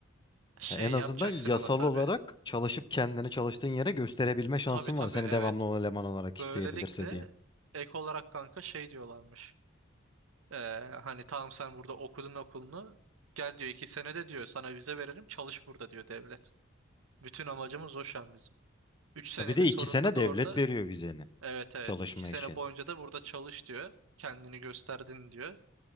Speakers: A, on the right (about 90°); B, on the left (about 20°).
A: Şey
B: Ha, En azından
A: yapacaksın
B: yasal
A: ama tabii.
B: olarak çalışıp kendini çalıştığın yere gösterebilme şansın
A: Tabii tabii
B: var. Seni
A: evet.
B: devamlı eleman olarak isteyebilirse
A: Böylelikle
B: diye.
A: ek olarak kanka şey diyorlarmış. Ee, hani tamam sen burada okudun okulunu. Gel diyor iki senede diyor sana vize verelim çalış burada diyor devlet. Bütün amacımız o şu an bizim. Üç senenin
B: Ha, bir de iki
A: sonunda
B: sene
A: da
B: devlet
A: orada
B: veriyor vizeni
A: evet evet
B: çalışma
A: iki sene
B: için.
A: boyunca da burada çalış diyor. Kendini gösterdin diyor.